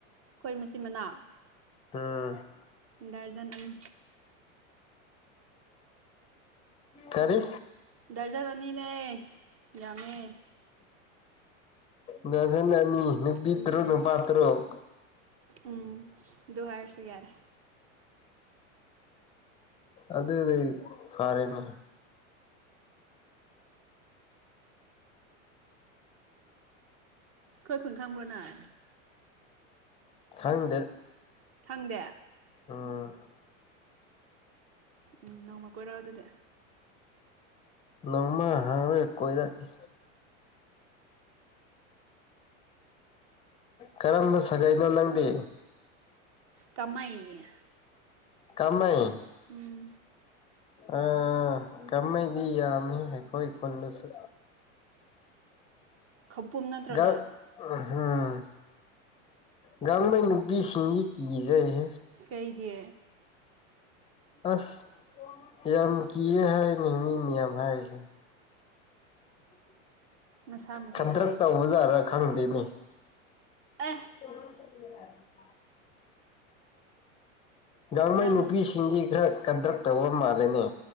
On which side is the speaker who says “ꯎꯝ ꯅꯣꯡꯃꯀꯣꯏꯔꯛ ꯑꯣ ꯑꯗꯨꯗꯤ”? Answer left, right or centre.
Right